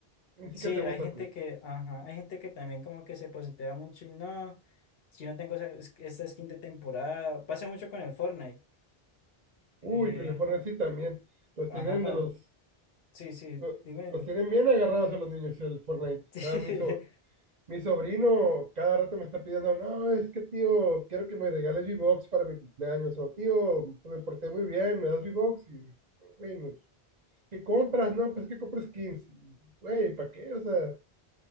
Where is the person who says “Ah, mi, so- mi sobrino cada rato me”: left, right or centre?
Right